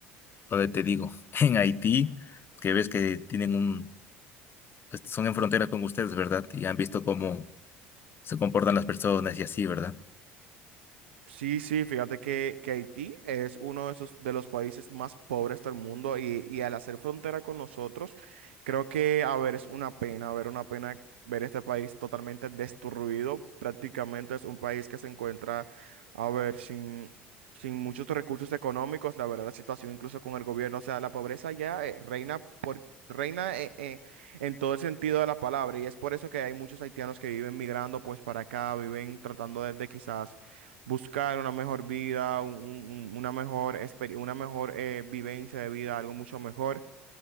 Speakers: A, on the left (about 40°); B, on the right (about 85°).
A: donde te digo, <laughs> en Haití, que ves que tienen un, pues, son en frontera con ustedes, ¿verdad? Y han visto cómo se comportan las personas y así, ¿verdad?
B: Sí, sí, fíjate que, que Haití es uno de esos de los países más pobres del mundo y, y al hacer frontera con nosotros, creo que, a ver, es una pena, a ver, una pena ver este país totalmente destruido. Prácticamente es un país que se encuentra, a ver, sin, sin muchos recursos económicos, la verdad, la situación incluso con el gobierno, o sea, la pobreza ya eh, reina por... Reina eh, eh, en todo el sentido de la palabra y es por eso que hay muchos haitianos que viven migrando pues para acá, viven tratando de de quizás buscar una mejor vida, un- un- una mejor, exper- una mejor eh, vivencia de vida, algo mucho mejor.